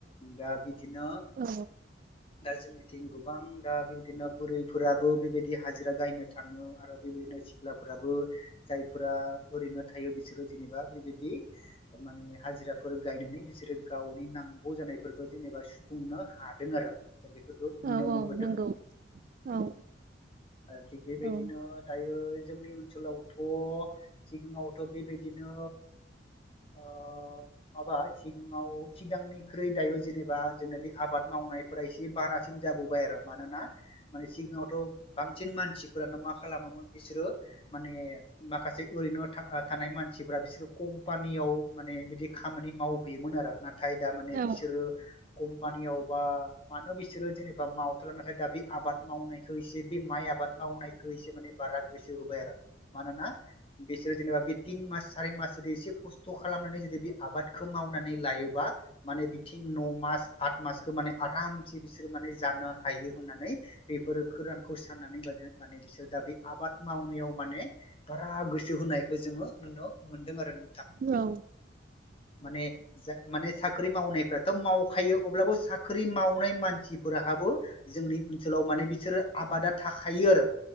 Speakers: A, on the left; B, on the right.
A: दा बिदिनो
B: औ
A: दा जोंनिथिं गोबां दा बेबायदिनो बुरैफोराबो बेबायदि हाजिरा गायनो थाङो आरो बेबायदिनो सिख्लाफोराबो जायफोरा ओरैनो थायो बिसोरो जेनेबा बेबायदि माने हाजिराफोर गायनानै बिसोरो गावनि नांगौ जानायफोरखौ जेनेबा सुफुंनो हादों आरो। बेफोरखौ नुनो
B: औ
A: मोनबोदों
B: औ नंगौ औ।
A: ओ थिग बे बायदिनो
B: औ
A: दायो जोंनि ओनसोलावथ' सिगाङावथ' बेबायदिनो ओ माबा सिगाङाव सिगांनिख्रुइ दायो जेनेबा जोंना बे आबाद मावनायफोरा एसे बारासिन जाबोबाय आरो मानोना माने सिगाङावथ' बांसिन मानसि फोरानो मा खालामोमोन बिसोरो माने माखासे ओरैनो था-थानाय मानसिफ्रा बिसोरो कम्पानियाव माने बिदि खामानि मावहैयोमोन आरो ना थाय दा माने बिसोरो
B: औ
A: कम्पानियावबा मानो बिसोरो जेनेबा मावथला नाथाय दा बे आबाद मावनायखौ एसे बे माइ आबाद मावनायखौ एसे माने बारा <unintelligible> मानोना बिसोरो जेनेबा बे तिन मास सारि मास जुदि एसे खस्थ' खालामनानै जुदि बे आबादखौ मावनानै लायोबा माने बिथिं न- मास आथ मासखो माने आरामसे बिसोर माने जानो हायो होननानै बेफोरो खोरानखौ <unintelligible> माने बिसोर दा बे आबाद मावनायाव माने बारा गोसो होनायखौ जोङो नुनो मोनदों आरो नोंथां
B: औ
A: माने जा माने साख्रि मावनायफ्राथ' मावखायो अब्लाबो साख्रि मावनाय मानसिफोर हाबो जोंनि ओनसोलाव माने बिसोरो आबादा थाखायो आरो